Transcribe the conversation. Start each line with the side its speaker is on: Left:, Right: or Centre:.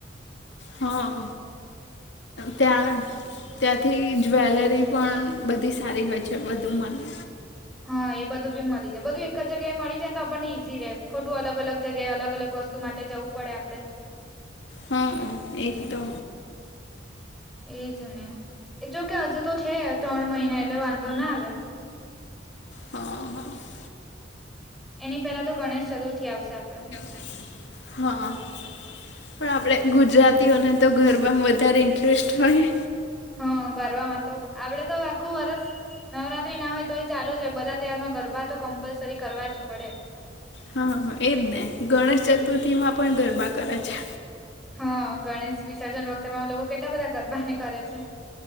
Left: હા ત્યાં ત્યાંથી જ્વેલરી પણ બધી સારી હોય છે બધું મલે
Centre: હા એ બધું બી મલી જાય બધું એક જગ્યાએ મળી જાય ને તો આપણને ઈઝી રહે ખોટું અલગ અલગ જગ્યાએ અલગ અલગ વસ્તુ માટે જવું પડે આપણે
Left: હા એ તો
Centre: એજ ને એ જો કે હજુ તો છે ત્રણ મહિના એટલે વાંધો ના આવે
Left: હા હવે <unintelligible>
Centre: એની પહેલા તો ગણેશ ચતુર્થી આવશે આપણે
Left: <inaudible> હા હા પણ આપણે ગુજરાતીઓને તો ગરબામાં વધારે ઇન્ટરેસ્ટ હોય
Centre: હા ગરબામાં તો આપડે તો આખું વરષ નવરાત્રી ના હોય તોએ ચાલુ જ હોય બધા તહેવારમાં ગરબા તો કમ્પલસરી કરવા જ પડે.
Left: હા હ એજ ને ગણેશ ચતુર્થી માં પણ ગરબા કરે છે.
Centre: હા ગણેશ વિસર્જન વખતે લોકો કેટલા બધા ગરબાને કરે છે.